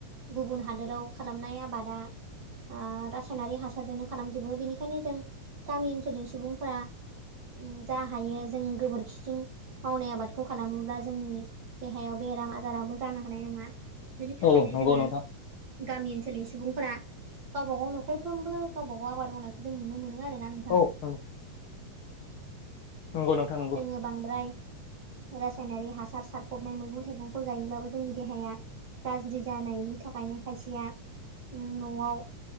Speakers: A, on the right; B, on the left.
A: गुबुन हाद दोराव खालामनाय आबादा ओ रासायनारि हासारजोंनो खालामजोबो बेनिखायनो जों गामि ओनसोलनि सुबुंफोरा उम जा हायो जों गोबोरखिजोंजों मावनाय आबादखौ खालामोब्ला जोंनि देहायाव बेराम आजाराबो जानो हानाय नङा बिनि थाखायनो
B: औ नंगौ
A: जोङो
B: नोंथां
A: गामि ओनसोलनि सुबुंफोरा गावब गाव न'खरफ्रोमबो गावबा गाव आबाद मावनायखौ जों नुनो मोनो आरोना नोंथां
B: औ नंगौ नंगौ नोंथां नंगौ
A: जोङो बांद्राय रासायनारि हासार सारफबनाय मैगं थाइगंखौ जायोब्लाबो जोंनि देहाया गाज्रि जानायनि थाखायनो खायसेया न'आव